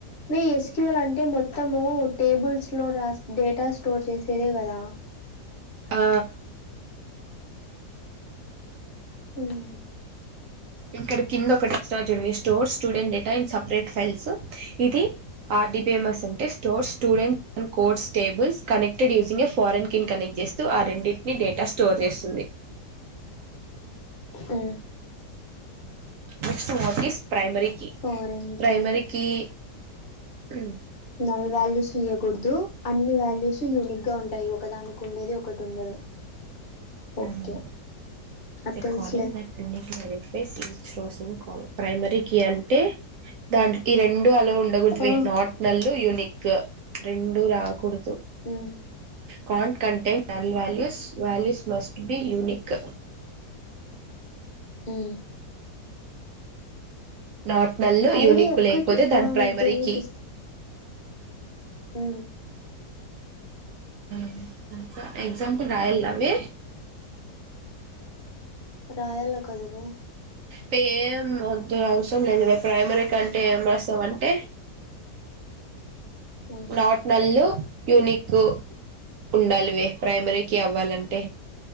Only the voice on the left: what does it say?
వే ఎస్ క్యు ఎల్ అంటే మొత్తము టేబుల్స్ లో రాస్ డేటా స్టోర్ చేసేదే గదా
మ్
మ్
ఫారెన్
కి
నల్ వాల్యూస్ ఇయ్యకూడదు అన్ని వాల్యూస్ యూనిక్ గా ఉంటాయి ఒకదానికి ఉండేది ఒకటి ఉండదు
ఓకే
అది తెలుసులే
ఓ
మ్మ్
మ్
ID ఒక్కటి
ఆ
దేనికి మ్
రాయల కొదవే
మ్మ్